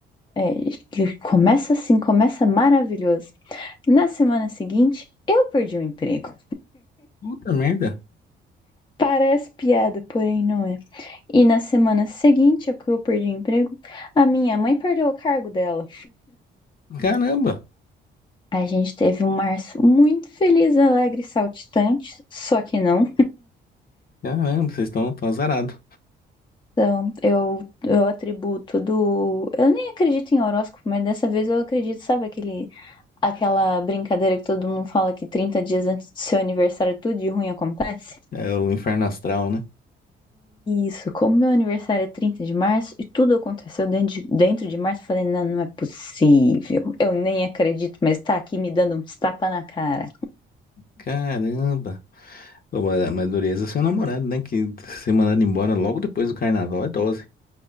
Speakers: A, on the left; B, on the left.
A: é, que começa assim, começa maravilhoso. Na semana seguinte, eu perdi o emprego.
B: puta merda.
A: Parece piada, porém não é. E na semana seguinte, ao que eu perdi o emprego, a minha mãe perdeu o cargo dela.
B: Caramba,
A: A gente teve um março muito feliz, alegre e saltitante, só que não.
B: caramba, vocês estão tão azarados.
A: Então, eu, eu atribuo tudo. Eu nem acredito em horóscopo, mas dessa vez eu acredito, sabe, aquele, aquela brincadeira que todo mundo fala que 30 dias antes do seu aniversário tudo de ruim acontece?
B: É o inferno astral, né?
A: Isso, como meu aniversário é 30 de março e tudo aconteceu dentro de, dentro de março, eu falei, não, não é possível. Eu nem acredito, mas tá aqui me dando um tapa na cara.
B: Caramba. Pô, Mas mas dureza é seu namorado, né? Que ser mandado embora logo depois do carnaval é dose.